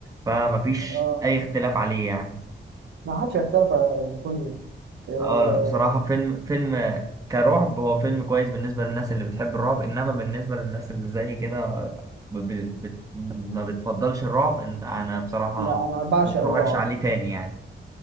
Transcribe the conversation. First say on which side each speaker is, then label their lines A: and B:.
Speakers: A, on the right; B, on the right.
A: فمفيش
B: آه
A: أي اختلاف عليه يعني
B: ما حدش هيختلف على ذا كونجرينج آه
A: اه لا بصراحة فيلم فيلم آه، كرعب هو فيلم كويس بالنسبة للناس اللي بتحب الرعب إنما بالنسبة للناس اللي زي كده ب- ب- بت- ما بتفضلش الرعب إن- أنا بصراحة
B: لا انا بعشق
A: ما بتفرجش
B: الرعب
A: عليه تاني يعني